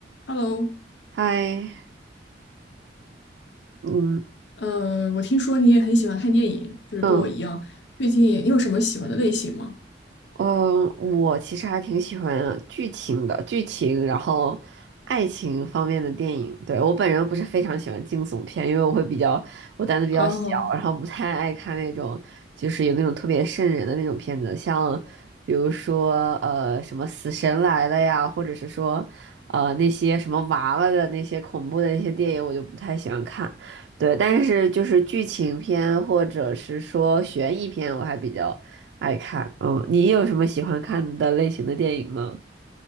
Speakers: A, on the left (about 70°); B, on the right (about 70°).
A: Hello，
B: 嗨，嗯
A: 呃，我听说你也很喜欢看电影，就是跟我一样。
B: 嗯，
A: 最近你有什么喜欢的类型吗？
B: 呃，我其实还挺喜欢剧情的，剧情，然后爱情方面的电影。对，我本人不是非常喜欢惊悚片，因为我会比较，我胆子比较小，
A: 哦，
B: 然后不太爱看那种就是有那种特别瘆人的那种片子，像比如说呃什么《死神来了》呀，或者是说呃那些什么娃娃的那些恐怖的那些电影，我就不太喜欢看。对，但是就是剧情片或者是说悬疑片，我还比较。爱看，嗯，你有什么喜欢看的类型的电影吗？